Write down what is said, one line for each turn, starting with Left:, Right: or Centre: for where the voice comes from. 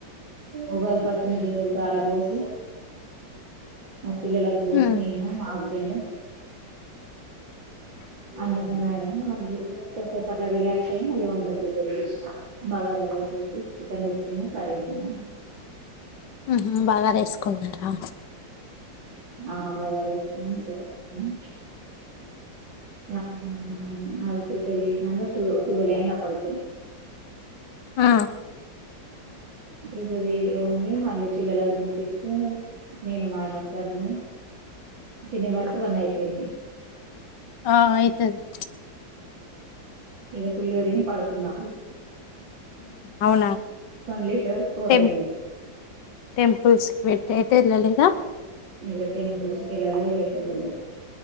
Right: ఉగాది పచ్చడ్ని దేవుడికి కారా బోసి పిల్లలకు పోసి
Left: ఉమ్
Right: నేను మా హస్బెండు <inaudible> అందరం తాగి మళ్ళీ కాసెపు అట్లా రిలాక్స్ అయ్యి మళ్ళీ వంట ప్రిపేర్ చేసిన్నా బగారా రైస్ చికెన్ తెచ్చుకున్న కరీ చేసిన
Left: ఉహు బగారేసుకున్నారా
Right: ఆ బగరేసుకున్నాం చికెన్ వేసుకున్నాం ఆ అది ప్రిపేర్ చేసినాక టూ ట్వెల్వ్ అయింది అప్పటికి
Left: ఆ
Right: ఇద్దరు గురి ఉండి మళ్ళీ పిల్లలకు విినిపించి నేను మా ఆయన ఒకసారిని తినే వరకువన్నీ అయిపోయింది
Left: ఆ ఆయితది
Right: ఇక ఫుల్ గా తిని పడుకుంనా
Left: అవునా
Right: లేసే వరకు ఫోర్
Left: టం
Right: అయింది
Left: టెంపుల్స్ పెట్టి అయితే వెళ్ళలేదా
Right: ఇగ టెంపుల్స్ కి వేళలే పిల్లలే